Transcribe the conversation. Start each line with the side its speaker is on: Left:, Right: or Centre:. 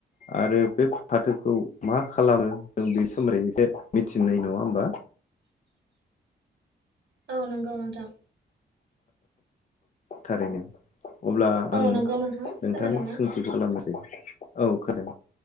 Left: आरो बे फाथोखौ मा खालामो जों बे सोमोन्दै एसे मिथिनाय नङा होमबा?
Right: <inaudible> औ नंगौ नोंथां।
Left: थारैनो अब्ला
Right: औ
Left: आं
Right: नंगौ
Left: नोंथां
Right: खोनादोंना
Left: सोंथि खालामनोसै। औ खादों